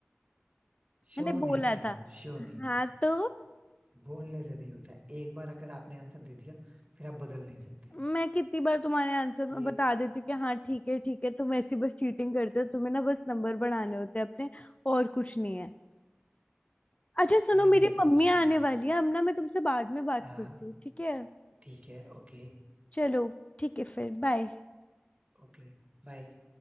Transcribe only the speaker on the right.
श्योर
नहीं
थे
आप श्योर
नहीं थे
बोलने से नहीं होता है एक बार अगर आपने आंसर दे दिया फिर आप बदल नहीं सकते
ये
नहीं नहीं
ऐसा
कुछ नहीं
है
हाँ
ठीक है ओके
Okay bye